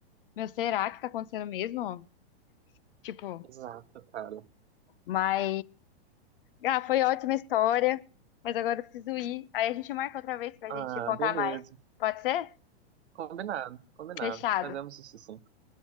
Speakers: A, on the left; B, on the right.
A: meu, será que tá acontecendo mesmo? Tipo,
B: Exato, cara.
A: mas. Ah, foi ótima história, mas agora eu preciso ir. Aí a gente marca outra vez pra
B: Ah,
A: gente contar
B: beleza.
A: mais. Pode ser?
B: Combinado, combinado.
A: Fechado.
B: Fazemos isso sim.